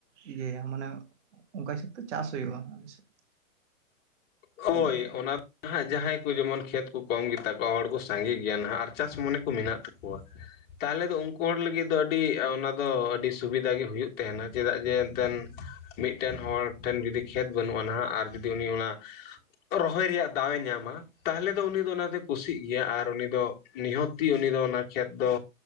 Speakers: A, on the right; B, on the left.
A: ᱤᱭᱟᱹᱭᱟ ᱢᱟᱱᱮ, ᱚᱱᱠᱟ ᱦᱤᱥᱟᱹᱵᱽ ᱛᱮ ᱪᱟᱥ ᱦᱳᱭᱳᱜ-ᱟ ᱟᱞᱮ ᱥᱮᱫ᱾
B: ᱦᱳᱭ
A: ᱚᱱᱠᱟ
B: ᱚᱱᱟ ᱦᱟᱸᱜ ᱡᱟᱦᱟᱸᱭ ᱠᱚ ᱡᱮᱢᱚᱱ ᱠᱷᱮᱛ ᱠᱚ ᱠᱚᱢ ᱜᱮᱛᱟ ᱠᱚᱣᱟ ᱦᱚᱲ ᱠᱚ ᱥᱟᱸᱜᱮ ᱜᱮᱭᱟ ᱱᱟᱦᱟᱸᱜ ᱟᱨ ᱪᱟᱥ ᱢᱚᱱᱮ ᱠᱚ ᱢᱮᱱᱟᱜ ᱛᱟᱠᱚᱣᱟ᱾ ᱛᱟᱦᱚᱸᱞᱮ ᱫᱚ ᱩᱱᱠᱩ᱾ ᱩᱱᱠᱩ ᱦᱚᱲ ᱞᱟᱹᱜᱤᱫ ᱫᱚ ᱟᱹᱰᱤ ᱚᱱᱟ ᱫᱚ ᱟᱹᱰᱤ ᱥᱩᱵᱤᱫᱷᱟ ᱜᱮ ᱦᱩᱭᱩᱜ ᱛᱟᱦᱮᱸᱱᱟ ᱪᱮᱫᱟᱜ ᱡᱮ ᱮᱱᱛᱮᱱ᱾ ᱢᱤᱫ ᱴᱮᱱ ᱦᱚᱲ ᱴᱷᱮᱱ ᱡᱩᱫᱤ ᱠᱷᱮᱛ ᱵᱟᱹᱱᱩᱜ-ᱟ ᱱᱟᱦᱟᱸᱜ ᱟᱨ ᱡᱩᱫᱤ ᱩᱱᱤ ᱚᱱᱟ᱾ ᱨᱚᱦᱚᱭ ᱨᱮᱭᱟᱜ ᱫᱟᱣᱮ ᱧᱟᱢᱟ ᱛᱟᱦᱚᱸᱞᱮ ᱫᱚ ᱩᱱᱤ ᱫᱚ ᱚᱱᱟ ᱛᱮ ᱠᱩᱥᱤᱜ ᱜᱮᱭᱟ ᱟᱨ ᱩᱱᱤ ᱫᱚ ᱱᱤᱦᱚᱛ ᱡᱤᱫᱤ ᱩᱱᱤ ᱫᱚ ᱚᱱᱟ ᱠᱷᱮᱛ ᱫᱚ